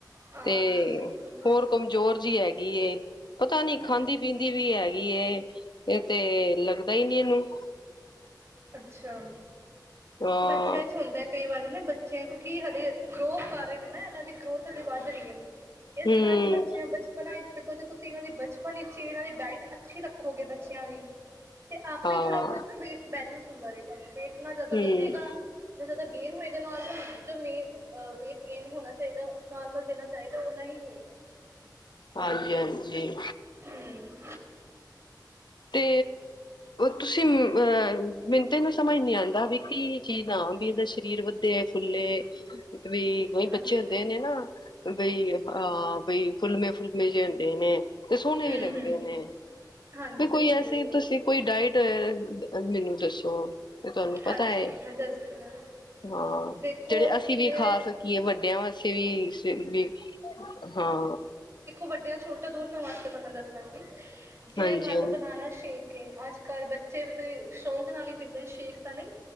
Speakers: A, on the right (about 40°); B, on the left (about 75°).
A: ਹਾਂ
B: ਤੇ
A: ਬਿਲਕੁਲ
B: ਹੋਰ ਕਮਜ਼ੋਰ ਜਿਹੀ ਹੈਗੀ। ਪਤਾ ਨੀ
A: ਹਮ
B: ਖਾਂਦੀ- ਪੀਂਦੀ ਵੀ ਹੈਗੀ। ਇਹ ਤੇ ਲੱਗਦਾ ਹੀ ਨੀ ਇਹਨੂੰ।
A: ਅੱਛਾ।
B: ਹਾਂ
A: ਬੱਚਿਆਂ ਚ' ਹੁੰਦਾ। ਕਈ ਵਾਰੀ ਨਾ ਬੱਚੇ ਕਿਉਂਕਿ ਹਲੇੇ ਗਰੋਥ ਕਰ ਰਹੇ ਨੇ ਨਾ ਇਹਨਾਂ ਦੀ ਗਰੋਥ ਹਜੇ ਵੱਧ ਰਹੀ ਹੈ। ਇਸ
B: ਹੂੰ
A: ਸਨ ਬੱਚਿਆਂ ਬ ਣਾ ਦੇਖੋ, ਜੇ ਤੁਸੀਂ ਇਹਨਾਂ ਦੀ ਬਚਪਨ ਵਿੱਚ ਇਹਨਾਂ ਦੀ ਡਾਇਟ ਅੱਛੀ ਰੱਖੋਗੇ ਬੱਚਿਆਂ ਦੀ। ਤੇ ਆਪ
B: ਹਾਂ
A: ਹੀ ਥੋੜ੍ਹਾ ਬਹੁਤ ਨਾ ਵੇਟ ਬੈਲੈਂਸ ਹੁੰਦਾ ਰਹੇਗਾ। ਵੇਟ ਨਾ ਜ਼ਿਆਦਾ
B: ਹੂੰ
A: ਵਧੇਗਾ ਜ਼ਿਆਦਾ ਗੇਨ ਹੋਏਗਾ ਨੋਰਮਲ। ਜੋ ਮੇ ਵੇਟ ਗੇਨ ਹੋਣਾ ਚਾਹੀਦਾ ਨੋਰਮਲ। ਜਿੰਨਾ ਚਾਹੀਦਾ ਓਨਾ ਹੀ ਹੋਏਗਾ।
B: ਹਾਂਜੀ ਹਾਂਜੀ
A: ਹੂ
B: ਤੇ ਤੁਸੀਂ ਅਹ ਮਿਨਤੇ ਨੂੰ ਸਮਝ ਨਹੀਂ ਆਉਂਦਾ ਵੀ ਕਿ ਚੀ ਹ ਵੀ ਇਹਦਾ ਸਰੀਰ ਵੱਧੇ ਫੁੱਲੇ ਵੀ। ਉਈ ਬੱਚੇ
A: ਅੱਛਾ
B: ਹੁੰਦੇ ਨੇ ਨਾ। ਬਈ ਹਾਂ ਬਈ ਫੁਲਮੇ- ਫੁਲਮੇ ਜੇ ਹੁੰਦੇ ਨੇ। ਤੇ ਸੋਹਣੇ
A: ਹੂੰ-ਹੂੰ
B: ਵੀ ਲੱਗਦੇ ਨੇ।
A: ਹਾਂਜੀ
B: ਵੀ ਕੋਈ
A: ਬਿਲਕੁਲ-ਬਿਲਕੁਲ
B: ਐਸੀ ਤੁਸੀਂ ਕੋਈ ਡਾਇਟ ਮੈਨੂੰ ਦੱਸੋ? ਤੇ ਤੁਹਾਨੂੰ ਪਤਾ
A: ਹਾਂਜੀ
B: ਹੈ।
A: ਮੈਂ ਦੱਸਦੀ ਹਾਂ
B: ਹਾਂ।
A: ਦੇਖੋ
B: ਜਿਹੜੇ ਅਸੀਂ ਵੀ
A: ਜਿਵੇਂ
B: ਖਾ ਸਕ ਕੀ ਵੱਡਿਆਂ ਵਾਸਤੇ ਵੀ ਵੀ। ਹਾਂ।
A: ਵੱਡੀਆਂ- ਛੋਟੇ ਦੋਨਾਂ ਵਾਸਤੇ ਤੁਹਾਨੂੰ ਦੱਸਾਂਗੀ। ਜੇ
B: ਹਾਂਜੀ
A: ਮੰਨ
B: ਹਾਂਜੀ
A: ਲਓ ਬਨਾਨਾ ਸ਼ੇਕ ਅੱਜ ਕੱਲ ਬੱਚੇ ਸ਼ੌਂਕ ਨਾਲ ਹੀ ਪੀਂਦੇ ਸ਼ੇਕ ਤਾਂ ਨਹੀਂ।